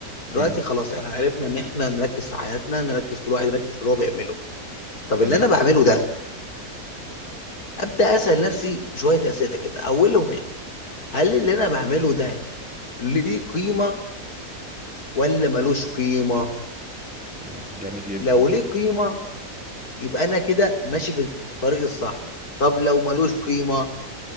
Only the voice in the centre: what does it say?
امم
تمام
مم. جميل جدا